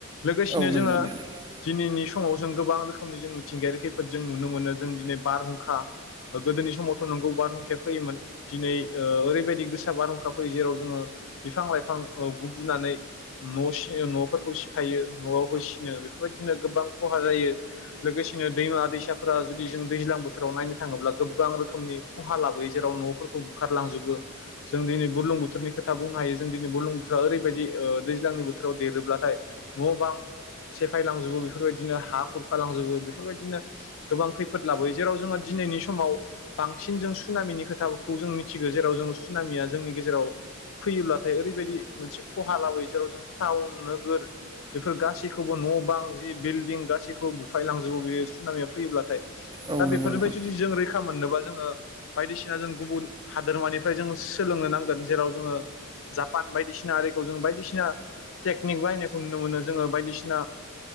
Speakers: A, on the left; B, on the right.
A: लोगोसेनो
B: औ
A: जोङो
B: नंगौ नोंथां।
A: दिनैनि समाव जों गोबां रोखोमनि जों मिथिंगायारि खैफोद जों नुनो मोनो जों दिनै बारहुंखा गोदोनि समावथ' नोंगौ बारहुंखाया फैयोमोन दिनै ओरैबायदि गोसा बारहुंखा फैयो जेराव जोङो बिफां लाइफां गुबुनानै न' सि न'फोरखौ सिफायो न'आव होसिनो बेफोरबायदिनो गोबां खहा जायो लोगोसेनो दैमा दैसाफोरा जुदि जों दैज्लां बोथोराव नायनो थाङोब्ला गोबां रोखोमनि खहा लाबोयो जेराव न'फोरखौ बुखारलांजोबो जों दिनै बुरलुंबुथुरनि खोथा बुंनो हायो जों दिनै बुरलुंबुथुरा ओरैबायदि दैज्लांनि बोथोराव देरोब्लाथाय न' बां सेफायलांजोबो बेफोरबायदिनो हा खुरखा लांजोबो। गोबां खैफोद लाबोयो जेराव जोङो दिनैनि समाव बांसिन जों सुनामिनि खोथाखौ जों मिथिगौ जेराव जों सुनामिया जोंनि गेजेराव फैयोब्लाथाय ओरैबायदि मोनसे खहा लाबोयो जेराव जों टाउन नोगोर बेफोर गासैखौबो न' बां जि बिल्डं गासैखौबो बुफायलांजो जौ बेस सुनामियाव फैयोब्लाथाय
B: औ
A: दा
B: नंगौ
A: बेफोरनिफ्राय
B: नोंथां
A: जुदि जों रैखा मोननोबा जोङो बायदिसिना जों गुबुन हादोरमानिफ्राय जों सोलोंनो नांगोन जेराव जोङो जापान बायदिसिना आरिखौ जों बायदिसिना टेकनिक बाहायनायखौ नुनो मोनो जोङो बायदिसिना